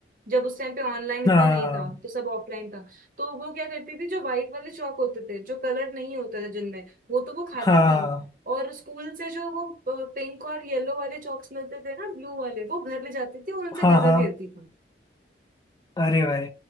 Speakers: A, on the right; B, on the left.
A: जब उस टाइम पे ऑनलाइन इतना
B: हाँ
A: नहीं था तो सब ऑफलाइन था तो वो क्या करती थी जो व्हाइट वाले चौक होते थे जो कलर नहीं होता था जिनमें वो तो वो खाती
B: हाँ
A: थी और स्कूल से जो वो पिंक और येलो वाले चॉक्स मिलते थे ना ब्लू वाले वो घर ले जाती थी और उनसे
B: हाँ
A: घर घर
B: हाँ
A: खेलती
B: अरे भाई